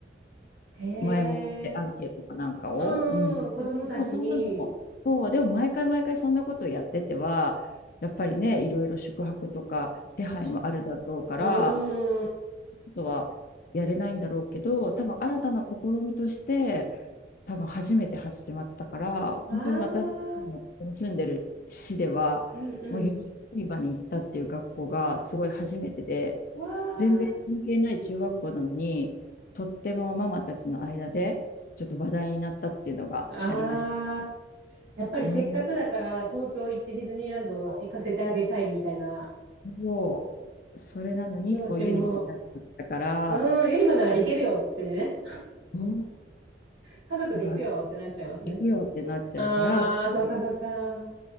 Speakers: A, on the right; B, on the left.
A: へえ。
B: 前もってアンケートかなんかを。
A: うんうん。
B: うん。
A: 子供たちに。
B: もうそう、でも毎回毎回そんなことやってては、やっぱりね、いろいろ宿泊とか手配もあるだろうから、
A: 確かう
B: あ
A: ん。あ
B: とはやれないんだろうけど、多分新たな試みとして、多分初めて始まったから、本当に私の住んでる市では、
A: あ。うんうん。
B: もうユニバに行ったっていう学校がすごい初めてで、
A: わ
B: 全然関係ない中学校なのに、とってもママたちの間でちょっと話題になったっていうのがありました。
A: あ。ああ。やっぱりせっかくだから東京行ってディズニーランド行かせてあげたいみたいな
B: うん。そうそう、それなのにこうユニバになっちゃったから、
A: 気持ちも。うん。ユニバなら行けるよってね。
B: うんそ
A: 家族で行くよってなっちゃいますね。
B: う、だから行くよってなっちゃうから、
A: ああ、
B: そう
A: そうかそうか。うん